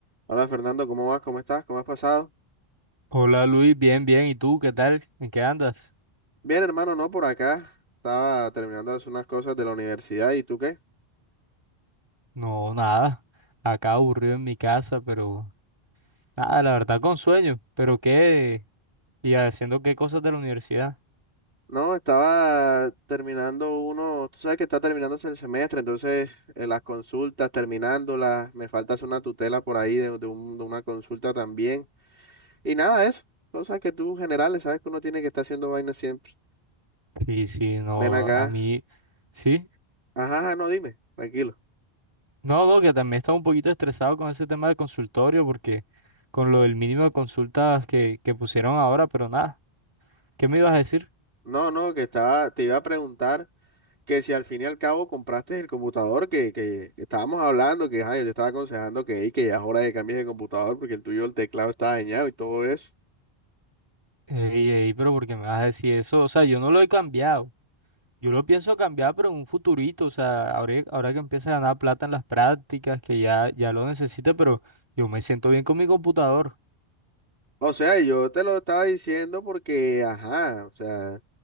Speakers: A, on the right; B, on the right.
A: Hola Fernando, ¿cómo vas? ¿Cómo estás? ¿Cómo has pasado?
B: Hola Luis, bien, bien. ¿Y tú qué tal? ¿En qué andas?
A: Bien, hermano, no, por acá. Estaba terminando de hacer unas cosas de la universidad. ¿Y tú qué?
B: No, nada. Acá aburrido en mi casa, pero nada, la verdad con sueño. ¿Pero qué? ¿Y haciendo qué cosas de la universidad?
A: No, estaba terminando uno, tú sabes que está terminándose el semestre, entonces eh, las consultas, terminándolas, me falta hacer una tutela por ahí de, de un- de una consulta también. Y nada, eso, cosas que tú generales, sabes que uno tiene que estar haciendo vainas siempre.
B: Sí, sí, no,
A: Ven acá.
B: a mí, sí.
A: Ajá, ajá, no, dime, tranquilo.
B: No, no, que también estaba un poquito estresado con ese tema del consultorio, porque con lo del mínimo de consultas que, que pusieron ahora, pero nada. ¿Qué me ibas a decir?
A: No, no, que estaba, te iba a preguntar. que si al fin y al cabo compraste el computador que, que- que estábamos hablando, que ajá, yo te estaba aconsejando que, "Ey, que ya es hora de cambiar de computador porque el tuyo, el teclado está dañado y todo eso.
B: Ey, ey, pero ¿por qué me vas a decir eso? O sea, yo no lo he cambiado. Yo lo pienso cambiar, pero en un futurito, o sea, ahora, ahora que empiece a ganar plata en las prácticas, que ya, ya lo necesite, pero yo me siento bien con mi computador.
A: O sea, yo te lo estaba diciendo porque, ajá, o sea,